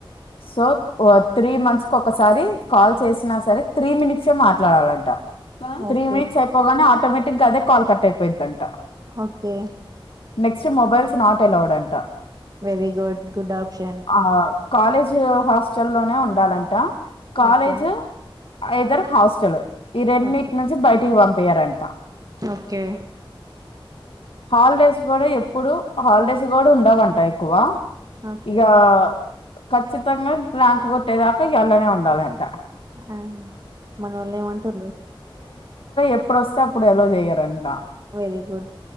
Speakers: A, on the left; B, on the right.
A: సత్ త్రీ మంత్స్ కు ఒకసారి కాల్ చేసినా సరే త్రీ మినిట్స్మాట్లాడాలంట త్రీ
B: ఓకే
A: మినిట్స్ అయిపోగానే ఆటోమటిక్ గా అదే కా క అయిపోయియందంటా
B: okay
A: next mobiles not allowed అంట
B: వెర గుడ్ గుడ్ ఆప్షన్
A: ఆ కాలేజ్ హాస్టల్ లోనే ఉ ఉండాలంట కాలేజు
B: ఓకే
A: ఇదరు హాస్టల్ ఈ రెండిన్నింటి
B: ఓకే
A: నుంచి బయట ఇవ్వం పేార అంటంత
B: ఓకే
A: హాలిడేస్ కూడా ఇప్పుడు హాలిడేస్ కూడా ఉండవంట ఎక్కువ
B: ఓకే
A: ఇకా ఖచ్చితంగా గు గు పట్టేదాకా ఇయ్యాళ్ళనే ఉండాలంట
B: ఆ మనోళ్లు ఏమంటండ్రు
A: ఎప్పుడు వస్తే అప్పుడు ఎలో చేయరంట
B: వెరీ గుడ్